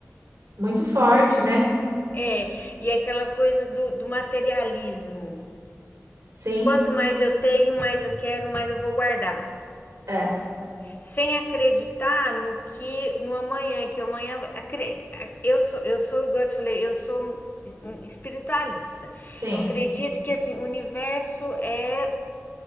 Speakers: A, on the right (about 75°); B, on the left (about 40°).
A: muito forte, né?
B: É, e é aquela coisa do, do materialismo.
A: Sim,
B: Quanto mais eu tenho, mais eu quero, mais eu vou guardar.
A: é,
B: Sem acreditar no que no amanhã, que amanhã eu sou eu sou igual eu te falei, eu sou espiritualista.
A: sim,
B: Eu acredito que assim, o universo é